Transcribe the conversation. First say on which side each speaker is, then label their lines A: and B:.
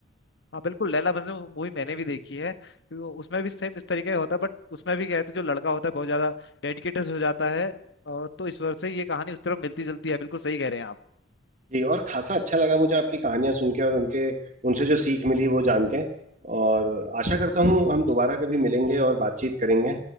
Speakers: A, on the left; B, on the right.
A: हाँ बिल्कुल लैला मजनू मूवी मैंने भी देखी है वो- उसमें भी सेम इस तरीके का होता है बट उसमें भी कहते जो लड़का होता है बहुत ज्यादा डेडिकेटेड हो जाता है और तो ईश्वर से ये कहानी उस तरफ मिलती जुलती है बिल्कुल सही कह रहे हैं आप
B: जी और खासा अच्छा लगा मुझे आपकी कहानियां सुन के और उनके उनसे जो सीख मिली वो जान के और आशा करता हूँ हम दोबारा कभी मिलेंगे और बातचीत करेंगे